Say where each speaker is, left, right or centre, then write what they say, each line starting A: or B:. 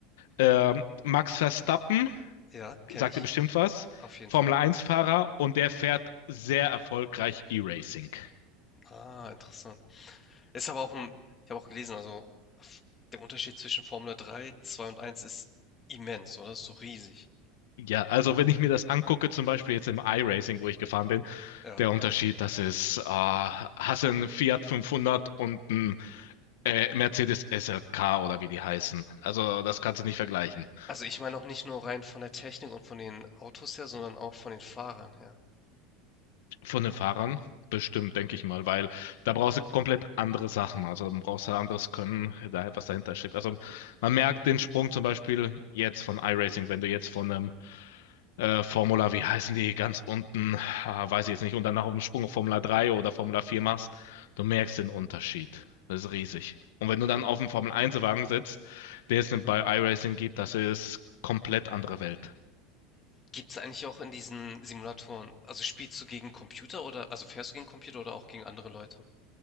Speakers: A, on the left (about 80°); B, on the left (about 25°).
A: ähm, Max Verstappen,
B: Ja, kenne
A: sagt
B: ich.
A: ihr bestimmt was,
B: Auf jeden
A: Formel
B: Fall.
A: 1-Fahrer und der fährt sehr erfolgreich E-Racing.
B: Ah, interessant. Ist aber auch ein, ich habe auch gelesen, also f- der Unterschied zwischen Formel 3, 2 und eins ist immens, oder? Ist so riesig.
A: Ja, also wenn ich mir das angucke, zum Beispiel jetzt im iRacing, wo ich gefahren bin,
B: Ja.
A: der Unterschied, das ist, äh, hast du einen Fiat 500 und einen äh, Mercedes SLK oder wie die heißen. Also das kannst du nicht vergleichen.
B: Also ich meine auch nicht nur rein von der Technik und von den Autos her, sondern auch von den Fahrern her.
A: Von den Fahrern bestimmt, denke ich mal, weil da brauchst du komplett andere Sachen. Also da brauchst du anderes Können, da- was dahinter steckt. Also man merkt den Sprung zum Beispiel jetzt von iRacing, wenn du jetzt von einem äh, Formula, wie heißen die, ganz unten, ah, weiß ich jetzt nicht, und danach auf dem Sprung auf Formula 3 oder Formula 4 machst, du merkst den Unterschied. Das ist riesig. Und wenn du dann auf dem Formel 1-Wagen sitzt, der es bei iRacing gibt, das ist komplett andere Welt.
B: Gibt es eigentlich auch in diesen Simulatoren, also spielst du gegen Computer oder, also fährst du gegen Computer oder auch gegen andere Leute?